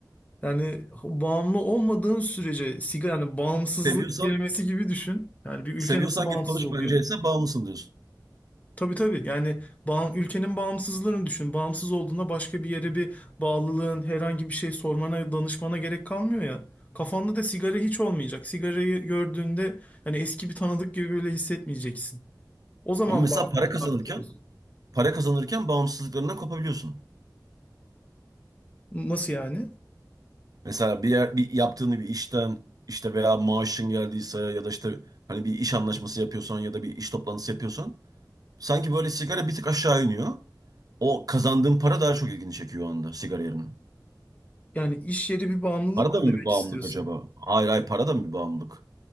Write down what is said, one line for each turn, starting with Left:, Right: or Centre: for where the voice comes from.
Left: Yani bağımlı olmadığın sürece sigara yani bağımsızlık
Right: Seviyorsan
Left: kelimesi gibi düşün. Yani bir ülke
Right: seviyorsan
Left: nasıl bağımsız
Right: git konuş
Left: oluyor?
Right: bence ise bağımlısın diyorsun.
Left: Tabii tabii. Yani bağım, ülkenin bağımsızlığını düşün. Bağımsız olduğunda başka bir yere bir bağlılığın, herhangi bir şey sormana, danışmana gerek kalmıyor ya. Kafanda da sigara hiç olmayacak. Sigarayı gördüğünde hani eski bir tanıdık gibi böyle hissetmeyeceksin. O zaman
Right: Ama mesela
Left: bağımlılıktan
Right: para kazanırken
Left: kurtulursun.
Right: para kazanırken bağımsızlıklarından kopabiliyorsun.
Left: Nasıl yani?
Right: Mesela bir yer bir yaptığını bir işten işte veya maaşın geldiyse ya da işte hani bir iş anlaşması yapıyorsan ya da bir iş toplantısı yapıyorsan sanki böyle sigara bir tık aşağı iniyor. O kazandığın para daha çok ilgini çekiyor o anda sigara yerine.
Left: Yani iş yeri bir bağımlılık
Right: Para da
Left: mı
Right: mı
Left: demek
Right: bir bağımlılık
Left: istiyorsun?
Right: acaba? Hayır hayır para da mı bir bağımlılık?